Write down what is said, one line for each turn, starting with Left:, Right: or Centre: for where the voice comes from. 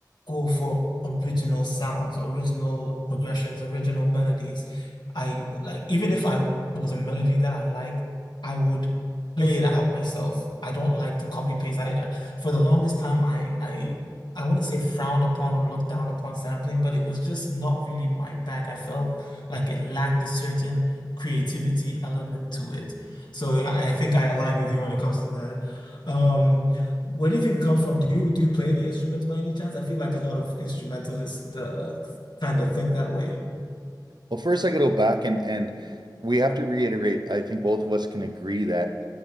Left: go for original sounds, original progressions, original melodies. I like even if I there was a melody that I liked, I would play it out myself. I don't like to copy paste. I for the longest time I I I wouldn't say frowned upon or looked down upon sampling, but it was just not really my bag. I felt like it lacked a certain creativity element to it. So I I think I align with you when it comes to that. Um, where do you think it comes from? Do you do you play any instruments by any chance? I feel like a lot of instrumentalists uh, kind of think that way.
Right: Well, first I gotta go back and and we have to reiterate. I think both of us can agree that